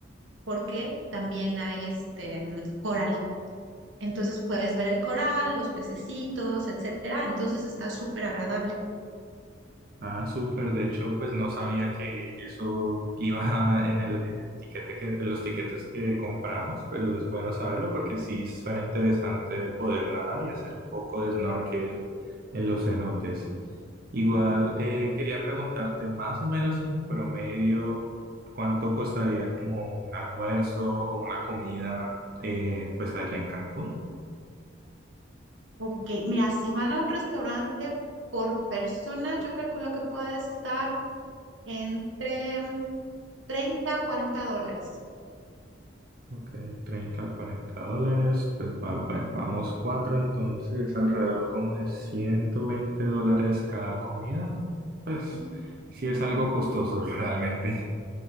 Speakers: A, on the right; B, on the right.
A: porque también hay este mm, coral. Entonces puedes ver el coral, los pececitos, etcétera. Entonces está súper agradable.
B: Ah, súper. De hecho, pues no sabía que eso iba en el, en el tiquete que, en los tiquetes que compramos, pero es bueno saberlo porque sí suena interesante poder nadar y hacer un poco de snorkel en los cenotes. Igual eh, quería preguntarte más o menos en promedio cuánto costaría como un almuerzo o una comida eh, pues allá en Cancún.
A: Ok, mira, si van a un restaurante por persona, yo calculo que puede estar entre 30 a 40 dólares.
B: Ok, 30, 40 dólares. Pues va- bueno, vamos cuatro, entonces alrededor como de 120 dólares cada comida. Pues
A: Ujú.
B: sí es algo costoso <laughs> realmente.